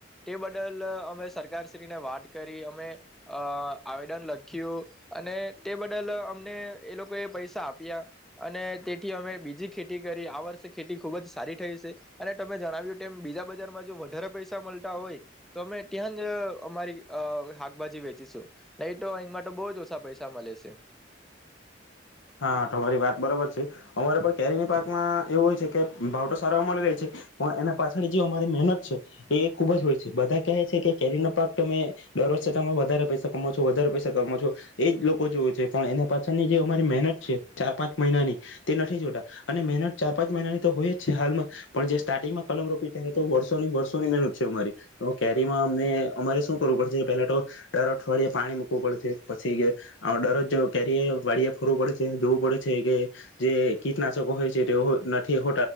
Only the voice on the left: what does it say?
હા તમારી વાત બરોબર છે અમારે પણ કેરી પાકમાં એવું હોય છે કે ભાવ તો સારામાં મળી રહે છે પણ એના પાછળ જે અમારી મહેનત છે એ ખુબ જ હોય છે બધા કહે છે કે કેરીનો પાક તમે દર વર્ષે તમે વધારે પૈસા કમા છો વધારે પૈસા કમાો છો એજ લોકો જો છે પણ એના પાછળનીજે મારી મેહનત છે ચાર પાંચ મહિનાની તે નથી જોતા અને મહેનત ચાર પાંચ મહિનાની તો હોય જ છે હાલમાં પણ જે સ્ટાર્ટિંગમાં પલંગ રોપી ત્યારે તો વર્ષોની વર્ષોની મહેનત છે અમારી તો કેરીમાં અમને અમારે શું કરવું પડશે પેલા તો ડર અઠવાડિયે પાણી મૂકવું પડશે પછી કે ડરરોજ કેરી વાળિયા ફરવું પડે છે જોવું પડે છે કે જે કીટનાશકો હોય છે તે નથી હો